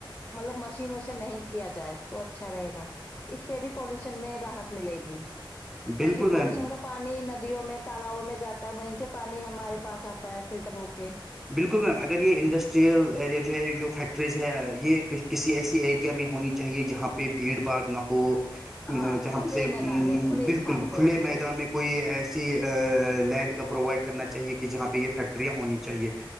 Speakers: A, on the left; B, in the centre.
A: مطلب مشینوں سے نہیں کیا جائے تو اچھا رہے گا اس سے بھی پالوشن میں راحت ملے گی کیونکہ
B: بالکل میم
A: پالوشن کا پانی ندیوں میں تالؤوں میں جاتا ہے وہیں سے پانی ہمارے پاس آتا ہے فلٹر ہو کے
B: بالکل میم اگر یہ انڈسٹریل ایریا جو ہے جو فیکٹریز ہے یہ کسی ایسی ایریا میں ہونی چاہیے جہاں پہ بھیڑ بھاڑ نہ ہو
A: ہاں
B: جہاں
A: کھلے
B: سے
A: میدان میں کھلے
B: بالکل
A: استھان پہ
B: کھلے
A: ہونی
B: میدان
A: چاہیے
B: میں کوئی ایسی لینڈ کا پرووائڈ کرنا چاہیے کہ جہاں پہ یہ فیکٹریاں ہونی چاہیے